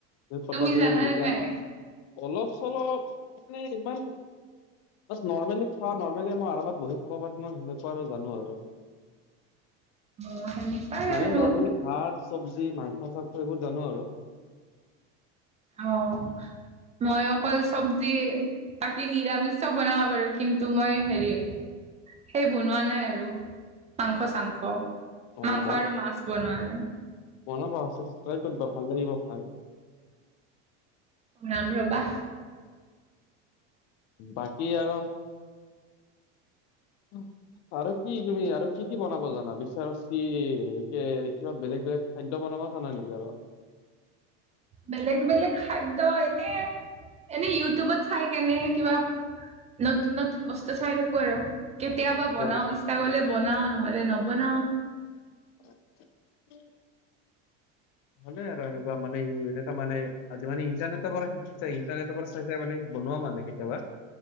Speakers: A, on the left (about 55°); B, on the right (about 20°).
A: <unintelligible>
B: তুমি জানানে নাই?
A: অলপ চলপ মানে ইমান নৰ্মেলি খুৱা নেলি মই আৰামত বহি খাব পাৰিম মই সেনেকুৱা আৰু জানো আৰু।
B: অ', সেনে পাই
A: মানে
B: আৰু।
A: নৰ্মেলি ভাত চব্জি মাংস চাঙস এইবোৰ জানো আৰু।
B: অ', মই অকল চবজি তাকি নিৰামিষ বনাব বাৰু কিন্তু মই হেৰি সেই বনোৱা নাই আৰু মাংস চাংস
A: অ'
B: মাংস আৰু মাছ বনোৱা নাই
A: মন প্ৰাই কৰিবা ভাল লাগিব খাই
B: ৰাম ৰ বা
A: বাকী আৰু অ আৰু কি তুমি আৰু কি কি বনাব জানা বিচাৰিক কিবা বেলেগ বেলেগ খাদ্য বনাব জানা নেকি আৰু
B: বেলেগ বেলেগ খাদ্য এনে এনে ইউটিউবত চাই কেনে কিবা নতুন নতুন বস্তু চাই থাকো আৰু কেতিয়াবা
A: কিবা
B: বনাও ইচ্ছা কৰিলে বনাও নহলে নবনাও
A: অ <unintelligible> হয়নে আৰু এনেকুৱা মানে এনেুৱা মানেজি মানে ইণ্টাৰনেটৰ পৰা শিক ইটাৰনেটৰ পৰা চাইছে মানে বনোৱা মানে কেতিয়াবা